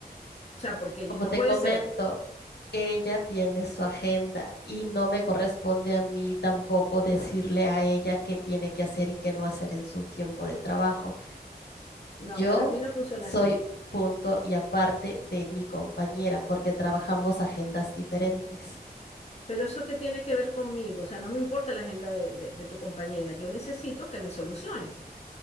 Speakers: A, on the left; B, on the left.
A: O sea, porque
B: Como
A: no
B: te
A: puede
B: comento,
A: ser.
B: ella tiene su agenda y no me corresponde a mí tampoco decirle a ella qué tiene que hacer y qué no hacer en su tiempo de trabajo.
A: No,
B: Yo
A: para mí no funciona
B: soy
A: así.
B: punto y aparte de mi compañera porque trabajamos agendas diferentes.
A: Pero eso qué tiene que ver conmigo, o sea, no me importa la agenda de, de- de tu compañera, yo necesito que me soluciones.